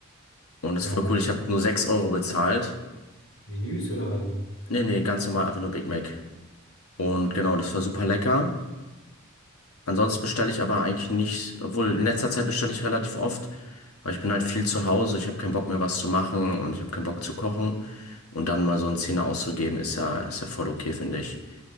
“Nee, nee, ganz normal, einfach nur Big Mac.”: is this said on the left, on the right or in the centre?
Left